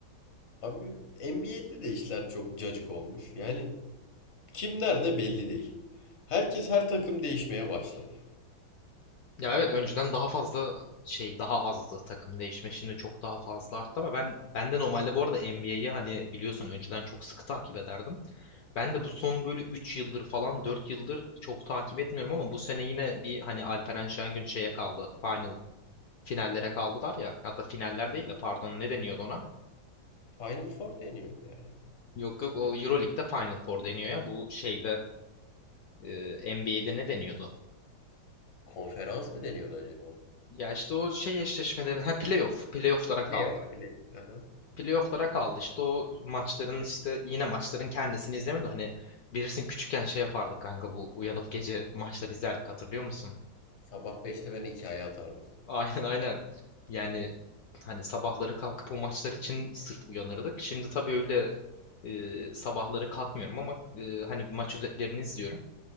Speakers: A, on the left; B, on the left.
A: Abi NBA'de de işler çok cacık olmuş. Yani kim nerede belli değil. Herkes her takım değişmeye başladı.
B: Ya evet önceden daha fazla şey daha azdı takım değişme şimdi çok daha fazla arttı ama ben ben de normalde bu arada NBA'yi hani biliyorsun önceden çok sıkı takip ederdim. Ben de bu son böyle 3 yıldır falan 4 yıldır çok takip etmiyorum ama bu sene yine bir hani Alperen Şengün şeye kaldı. Final finallere kaldılar ya. Hatta finaller değil de pardon ne deniyordu ona?
A: Final Four deniyordu ya.
B: Yok yok o EuroLeague'de Final Four deniyor ya. Bu şeyde e, NBA'de ne deniyordu?
A: Konferans mı deniyordu acaba?
B: Ya işte o şey eşleşmelerin ha playoff playoff'lara kaldı.
A: Playoff, playoff. Aha.
B: Playoff'lara kaldı işte o maçların işte yine maçların kendisini izlemiyordu. Hani bilirsin küçükken şey yapardık kanka bu uyanıp gece maçları izlerdik hatırlıyor musun?
A: Sabah beşte ben hikaye atardım.
B: <laughs> Aynen aynen. Yani hani sabahları kalkıp o maçlar için sırf uyanırdık. Şimdi tabii öyle e, sabahları kalkmıyorum ama e, hani maç özetlerini izliyorum.